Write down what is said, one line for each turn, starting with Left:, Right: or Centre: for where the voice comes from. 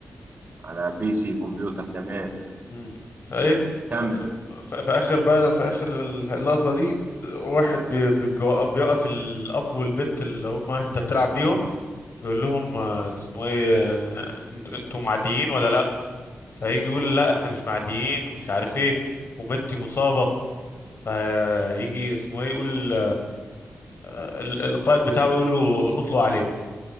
Right: على بي سي كمبيوتر تمام
Left: مم. فايه
Right: كمل
Left: في, في اخر بقى في اخر اللقطه دي بت... واحد بي... بي... بيوقف بيوقف الاب والبنت اللي هم انت بتلعب بيهم يقول لهم آه، اسمه ايه آه، انتوا انتوا معديين ولا لا فيجي يقول لا احنا مش معديين ومش عارف ايه وبنتي مصابه فيجي اسمه ايه يقول آه، ال- القائد بتاعه يقول له اطلق عليه